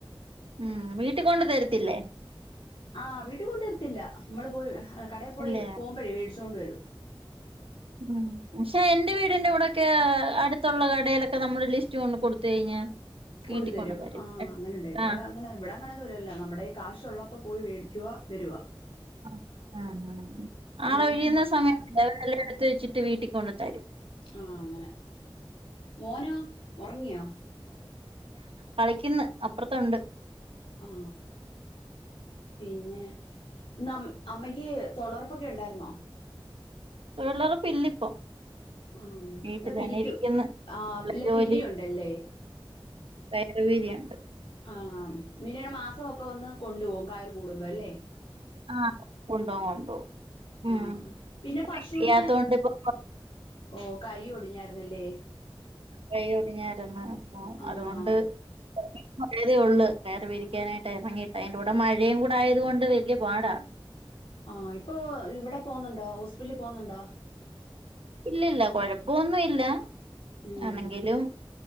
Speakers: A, on the right; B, on the left.
A: ഉം വീട്ടിൽ കൊണ്ട് തരത്തില്ലേ
B: ആ വീട്ടിൽ കൊണ്ടുവരത്തില്ല നമ്മള് പോയി കടയിൽ പോയി
A: ഇല്ലേ
B: പോകുമ്പോഴേ മേടിച്ച് കൊണ്ട് വരും
A: ഉ ഉഷേ എന്റെ വീടിന്റെ അവിടൊക്കെ അടുത്തുള്ള കടയിലൊക്കെ നമ്മുടെ ലിസ്റ്റ് കൊണ്ട് കൊടുത്തു കഴിഞ്ഞാ
B: കൊണ്ടു
A: വീട്ടിൽ
B: തരും
A: കൊണ്ട്
B: ആഹ് അങ്ങനുണ്ടോ ഇവിടെ
A: ആ
B: അങ്ങനെ ഇവിടെ അങ്ങനെ ദൂരമില്ല നമ്മുടെ കയ്യിൽ കാശ് ഉള്ളപ്പോ പോയി മേടിക്കുവ വരുക
A: ഉം ആഹ് ആഹ്
B: പിന്നെ
A: ആള് ഒഴിയുന്ന സമയത്തല്ലേ അവരെല്ലാം എടുത്ത് വെച്ചിട്ട് വീട്ടിൽ കൊണ്ട് തരും
B: ആഹ അങ്ങനെ മോനോ ഉറങ്ങിയോ
A: കളിക്കന്ന് അപ്പുറത്തുണ്ട്
B: ആ പിന്നെ നം അമ്മയ്ക്ക് തൊളർപ്പൊക്കെ ഉണ്ടായിരുന്നോ
A: തൊഴിലുറപ്പില്ലിപ്പം
B: ആഹ്
A: വീട്ടിൽ
B: ഇപ്പൊ പിരിക്കും
A: തന്നെ ഇരിക്കുന്നു
B: ആഹ്
A: ഉള്ള
B: ഇല്ല
A: ജോലി
B: പിരിയുണ്ടല്ലേ
A: തയറ വീതിയുണ്ട്
B: ആ പിന്നീട് മാസമൊക്കെ വന്ന് കൊണ്ടു പോകും കയർ കൂടുമ്പോ അല്ലേ
A: ആഹ കൊണ്ടോവും കൊണ്ടോവും ഉം
B: ആഹ പിന്നെ പശുവിനെ
A: വയ്യാത്തോണ്ട് ഇപ്പൊ
B: ഓ കൈയൊടി ഞ്ഞായിരുന്നല്ലേ
A: കൈ ഒടിഞ്ഞായിരുന്നു അപ്പ
B: ആഹ്
A: അതുകൊണ്ട് വന്നതേ ഉള്ളു കയർ വിരിക്കാനായിട്ട് ഇറങ്ങിയിട്ട് അതിന്റെ കൂടെ മഴയും കൂടെ ആയത് കൊണ്ട് വലിയ പാടാണ്
B: ആ ഇപ്പൊ ഇവിടെ പോകുന്നുണ്ടോ ഹോസ്പിറ്റലിൽ പോകുന്നുണ്ടോ
A: ഇല്ലല്ല കൊഴപ്പമൊന്നും ഇല്ല
B: ഉം
A: ആണെങ്കിലും